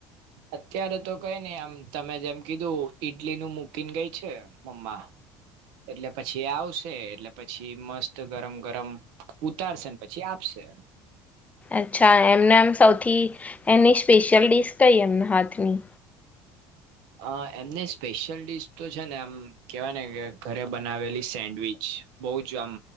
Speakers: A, on the right; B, on the left.
A: અત્યારે તો કઈ નઈ આમ તમે જેમ કીધું ઈડલી નું મુૂકીને ગઈ છે મમ્મા એટલે પછી આવશે એટલે પછી મસ્ત ગરમ ગરમ ઉતારશે ને પછી આપશે
B: અચ્છા એમને આમ સૌથી એની સ્પેશિયલ ડડીશ કઈ એમને હાથની?
A: અ એમને સ્પેશિયલ ડીશ તો છે ને આમ કેવાય ને કે ઘરે બનાવેલી સેન્ડવીચ બહુ જ આમ